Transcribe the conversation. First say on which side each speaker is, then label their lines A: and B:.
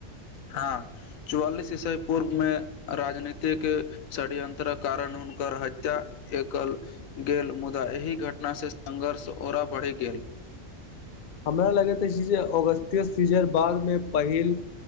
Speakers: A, on the left; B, on the left.
A: हँ चौआलिस ईसवी पूर्व मे राजनीतिक षडयंत्रक कारण हुनकर हत्या एकल गेल मुदा एहि घटना सँ संघर्ष ओरा बढ़ि गेल
B: हमरा लगैत अछि जे अगस्त्य सीजन बाद में पहिल